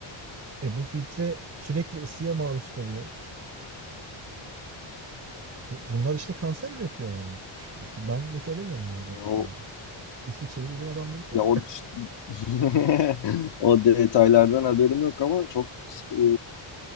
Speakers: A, on the right (about 30°); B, on the left (about 60°).
A: E bu filtre sürekli ısıya maruz kalıyor. Bu, bunlar işte kanser üretiyor yani. İşte bu, ben de söylemiyorum bu arada
B: Yani o
A: yani. İsviçreli bilim adamları söylüyor.
B: ya o <laughs> o detaylardan haberim yok ama çok e,